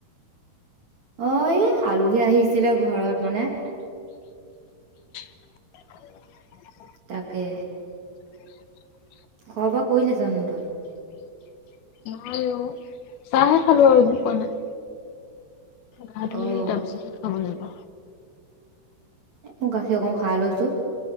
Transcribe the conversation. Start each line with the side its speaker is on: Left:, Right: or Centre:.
Right: অ এই আলহী আহিছিলে ঘৰত মানে
Left: <inaudible>
Right: তাকে
Left: <inaudible>
Right: খোৱা বোৱা কৰিলি জানো তই?
Left: নাই অ চাহে খালো আৰু একো খোৱা নাই গা ধুই
Right: অ',
Left: তাৰ পিছতে খাব লাগিব
Right: মই গাখীৰ অকণ খাই লৈছো